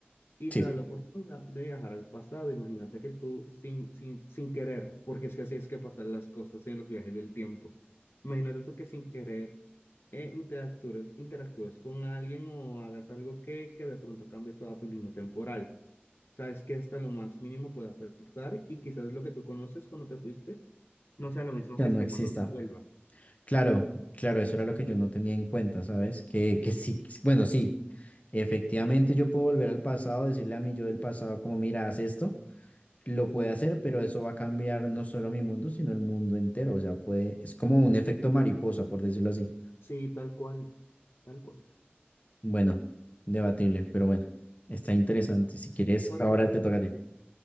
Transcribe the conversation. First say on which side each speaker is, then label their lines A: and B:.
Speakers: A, on the left; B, on the left.
A: Y
B: Sí.
A: te da la oportunidad de viajar al pasado, imagínate que tú sin, sin, sin querer, porque es que así es que pasan las cosas en los viajes del tiempo, imagínate tú que sin querer eh, interactúes, interactúes con alguien o hagas algo que, que de pronto cambie toda tu línea temporal. Sabes que hasta lo más mínimo puede afectar y quizás lo que tú conoces cuando te fuiste no sea lo mismo
B: Ya
A: que
B: no
A: esté
B: exista.
A: cuando vuelvas.
B: Claro, claro, eso era lo que yo no tenía en cuenta, ¿sabes? Que, que sí, bueno, sí, efectivamente yo puedo volver al pasado, decirle a mi yo del pasado como, mira, haz esto, lo puede hacer, pero eso va a cambiar no solo mi mundo, sino el mundo entero, o sea, puede, es como un efecto mariposa, por decirlo así.
A: Sí, tal cual, tal cual.
B: Bueno, debatible, pero bueno, está interesante.
A: Sí,
B: Si quieres,
A: por
B: ahora
A: eso.
B: te toca a ti.